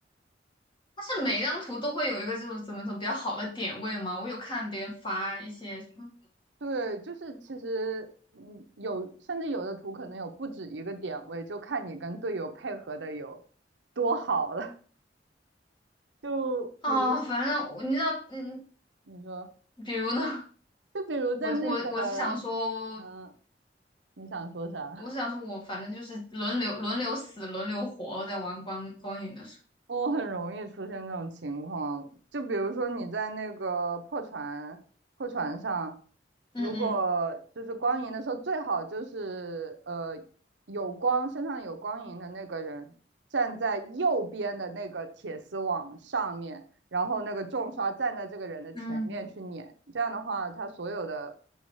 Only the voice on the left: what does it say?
但是每张图都会有一个就是怎么走比较好的点位嘛，我有看别人发一些什么
啊，反正我你知道，嗯，
比如呢，
我我我是想说，
我是想说我反正就是轮流轮流死、轮流活，在玩光光影的时
候，
嗯
嗯，